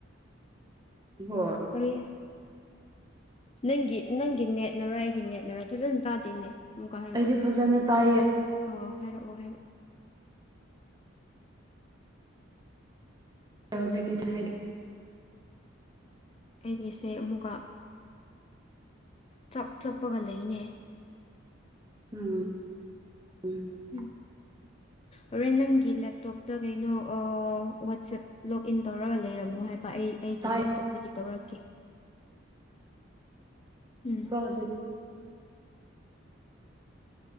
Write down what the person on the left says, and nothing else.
ꯀꯔꯤ ꯅꯪꯒꯤ ꯅꯪꯒꯤ ꯅꯦꯠꯅꯔ ꯑꯩꯒꯤ ꯅꯦꯠꯅꯔ ꯐꯖꯅ ꯇꯥꯗꯦꯅꯦ ꯑꯃꯨꯛꯀ ꯍꯥꯏꯔꯛꯑꯣ
ꯑꯣ ꯍꯥꯏꯔꯛꯑꯣ ꯍꯥꯏꯔꯛꯑꯣ
ꯑꯩꯒꯤꯁꯦ ꯑꯃꯨꯛꯀ ꯆꯞ ꯆꯞꯄꯒ ꯂꯩꯅꯦ
ꯎꯝ ꯍꯣꯔꯦꯟ ꯅꯪꯒꯤ ꯂꯦꯞꯇꯣꯞꯇ ꯀꯩꯅꯣ ꯑꯣꯑꯥ ꯋꯥꯆꯦꯞ ꯂꯣꯛ ꯏꯟ ꯇꯧꯔꯒ ꯂꯩꯔꯝꯃꯣ ꯍꯥꯏꯕ ꯑꯩ ꯑꯩꯒꯤ
ꯂꯦꯞꯇꯣꯞꯇꯒꯤ ꯇꯧꯔꯛꯀꯦ ꯎꯪ